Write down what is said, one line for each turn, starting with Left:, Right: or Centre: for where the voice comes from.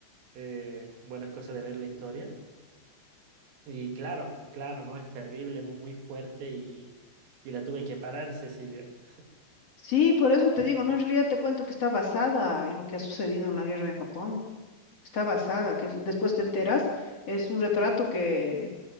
Right: Eh, bueno, es cosa de ver la historia. Y claro, claro, ¿no? Es terrible, muy fuerte y, y la tuve que parar, Cecilia.
Left: Sí, por eso te digo, no, en realidad te cuento que está basada en lo que ha sucedido en la guerra en Japón. Está basada, que es- después te enteras, es un retrato que,